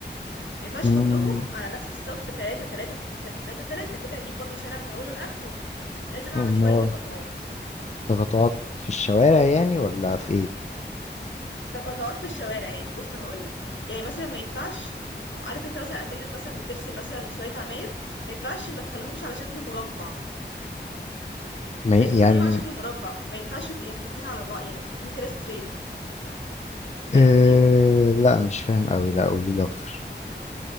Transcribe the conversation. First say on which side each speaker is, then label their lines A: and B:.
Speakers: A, on the left (about 80°); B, on the left (about 40°).
A: ما ينفعش
B: امم
A: أحطهم على نفس الصف 3 3 3 3 كده هجيب برضو شارع من أوله لآخره لازم أعمل
B: أمال
A: شوية تقاطعات
B: تقاطعات في الشوارع يعني ولا في ايه
A: تقاطعات في الشوارع يعني بص هقولك يعني مثلا ما ينفعش عارف انت مثلا اكنك مثلا بترسم مثلا شويه عماير ما ينفعش ما تخليهمش على شكل مربع
B: ما ي-
A: لازم تخليهم
B: يعني
A: على شكل مربع ما ينفعش يبقوا مفتوحين على بعض يعني مفتوحين كده ستريت فاهم
B: آه
A: دي
B: لا مش فاهم قوي لا قولي لي اكتر